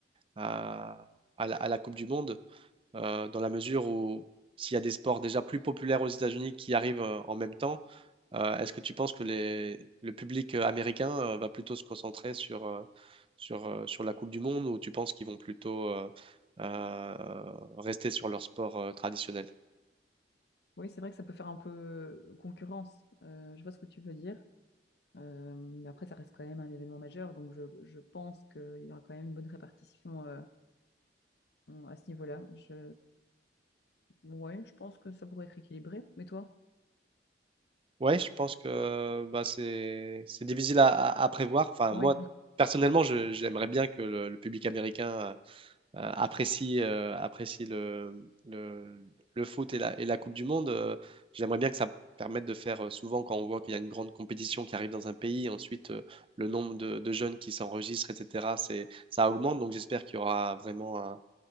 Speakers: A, on the right; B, on the left.
A: à- à la, à la Coupe du Monde euh, dans la mesure où s'il y a des sports déjà plus populaires aux États-Unis qui arrivent euh, en même temps, euh, est-ce que tu penses que les- le public euh, américain euh, va plutôt se concentrer sur, euh, sur, euh, sur la Coupe du Monde ou tu penses qu'ils vont plutôt euh, euh, rester sur leur sport euh, traditionnel?
B: Oui, c'est vrai que ça peut faire un peu euh, concurrence. Euh, je vois ce que tu veux dire. Euh, mais après, ça reste quand même un événement majeur, donc je, je pense qu'il y aura quand même une bonne répartition euh, à ce niveau-là. Je... Ouais, je pense que ça pourrait être équilibré. Mais toi?
A: Ouais, je pense que bah, c'est c'est difficile à, à- à prévoir. Enfin,
B: Oui,
A: moi, personnellement, je- j'aimerais bien que le, le public américain euh, euh, apprécie, euh, apprécie le, le, le foot et la, et la Coupe du Monde. Euh, J'aimerais bien que ça permette de faire euh, souvent quand on voit qu'il y a une grande compétition qui arrive dans un pays, ensuite euh, le nombre de, de jeunes qui s'enregistrent, etc., c'est, ça augmente. Donc j'espère qu'il y aura vraiment un,